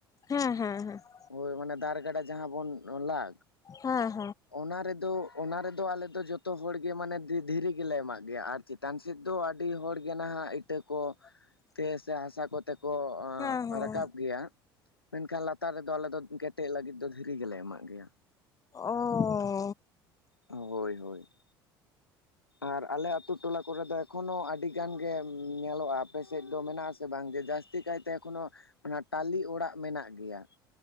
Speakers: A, on the left; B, on the left.
A: ᱦᱮᱸᱻ, ᱦᱮᱸᱻ ᱦᱮᱸ, ᱾
B: ᱦᱳᱭ! ᱚᱱᱮ ᱫᱟᱨᱮ ᱜᱟᱰᱟ, ᱡᱟᱦᱟᱸ ᱵᱚᱱ ᱞᱟᱜ,
A: ᱦᱮᱸ ᱦᱮᱸ
B: ᱚᱱᱟ ᱨᱮᱫᱚ ᱚᱱᱟ ᱨᱮᱫᱚ ᱟᱞᱮᱫᱚ ᱡᱷᱚᱛᱚ ᱦᱚᱲ ᱜᱮ ᱚᱱᱟ ᱨᱮ ᱫᱚ, ᱫᱷᱤᱨᱤ ᱜᱮ ᱞᱮ, ᱮᱢᱟᱜ ᱜᱮᱭᱟ ᱾ ᱟᱨ ᱪᱮᱛᱟᱱ ᱥᱮᱫ ᱫᱚ, ᱟᱹᱰᱤ ᱦᱚᱲ ᱜᱮ ᱱᱷᱟᱜ ᱤᱴᱟᱹ ᱠᱚ
A: <inaudible>
B: ᱛᱮ ᱥᱮ, ᱦᱟᱥᱟ ᱠᱚᱛᱮ ᱠᱚ,
A: ᱦᱮᱸ ᱦᱮᱸ
B: ᱨᱟᱠᱟᱵ ᱜᱮᱭᱟ ᱾ ᱢᱮᱱᱠᱷᱟᱱ, ᱞᱟᱛ ᱛᱟᱨ ᱨᱮᱫᱚ, ᱟᱞᱮ ᱫᱚ ᱠᱮᱴᱮᱜ ᱞᱟᱹᱜᱤᱫ ᱫᱚ, ᱫᱷᱤᱨᱤ ᱜᱮᱞᱮ ᱮᱢᱟᱜ ᱜᱮᱭᱟ ᱾
A: ᱚᱻ ᱦᱚ ᱾
B: ᱦᱳᱭ, ᱦᱳᱭ ᱾ ᱟᱨ, ᱟᱞᱮ ᱟᱛᱳ ᱴᱚᱞᱟ ᱠᱚᱨᱮ ᱫᱚ, ᱮᱠᱷᱚᱱᱳ, ᱟᱹᱰᱤ ᱜᱟᱱ ᱜᱮ, ᱧᱮᱞᱚᱜᱼᱟ ᱾ ᱟᱯᱮ ᱥᱮᱫ ᱫᱚ, ᱢᱮᱱᱟᱜ ᱟᱥᱮ ᱵᱟᱝ? ᱡᱮ, ᱡᱟᱥ ᱛᱤ ᱠᱟᱭᱛᱮ, ᱮᱠᱷᱚᱱᱳ, ᱚᱱᱟ ᱴᱟᱞᱤ ᱚᱲᱟᱜ, ᱢᱮᱱᱟᱜ ᱜᱮᱭᱟ ᱾